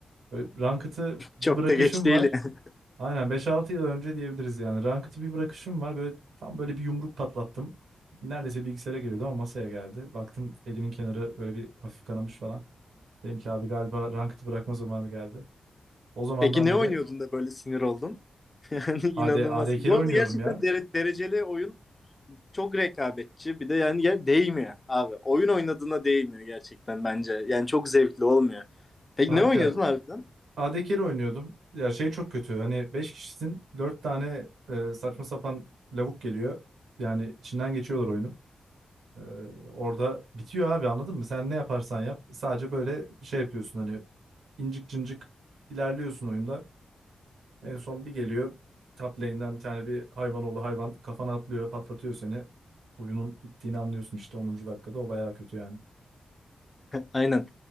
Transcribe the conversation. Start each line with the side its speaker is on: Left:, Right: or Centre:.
Right: Böyle Ranked'ı bir
Left: Çok
Right: bırakışım
Left: da geç değil.
Right: var.
Left: yani.
Right: Aynen beş altı yıl önce diyebiliriz yani. Ranked'ı bir bırakışım var. Böyle tam böyle bir yumruk patlattım. Neredeyse bilgisayara geliyordu ama masaya geldi. Baktım elimin kenarı böyle bir hafif kanamış falan. Dedim ki abi galiba Ranked'ı bırakma zamanı geldi.
Left: <laughs>
Right: O zamandan
Left: Peki ne
Right: beri
Left: oynuyordun da böyle sinir oldun? <laughs> Yani inanılmaz.
Right: AD, AD carry
Left: Bu arada
Right: oynuyordum
Left: gerçekten
Right: ya.
Left: dere- dereceli oyun çok rekabetçi. Bir de yani ya değmiyor abi. Oyun oynadığına değmiyor gerçekten bence. Yani çok zevkli olmuyor. Peki
Right: Kanka
Left: ne oynuyordun harbiden?
Right: AD carry oynuyordum. Ya şey çok kötü. Hani 5 kişisin 4 tane e, saçma sapan lavuk geliyor. Yani içinden geçiyorlar oyunun. Ee, orada bitiyor abi anladın mı? Sen ne yaparsan yap. Sadece böyle şey yapıyorsun hani incik cincik ilerliyorsun oyunda. En son bir geliyor. Top lane'den bir tane bir hayvan oğlu hayvan kafana atlıyor patlatıyor seni. Oyunun bittiğini anlıyorsun işte onuncu dakikada o bayağı kötü yani.
Left: Aynen.